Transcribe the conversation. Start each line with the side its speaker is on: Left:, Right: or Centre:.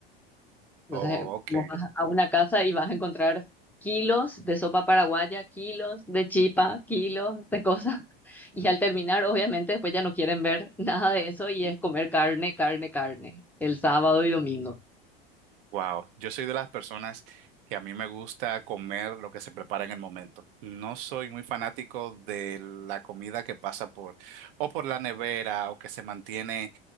Centre: Entonces,
Right: Oh,
Centre: eh,
Right: ok.
Centre: vos vas a una casa y vas a encontrar kilos de sopa paraguaya, kilos de chipa, kilos de cosas. <laughs> Y al terminar, obviamente, después ya no quieren ver nada de eso y es comer carne, carne, carne, el sábado y domingo.
Right: Wow, yo soy de las personas que a mí me gusta comer lo que se prepara en el momento. No soy muy fanático de la comida que pasa por o por la nevera o que se mantiene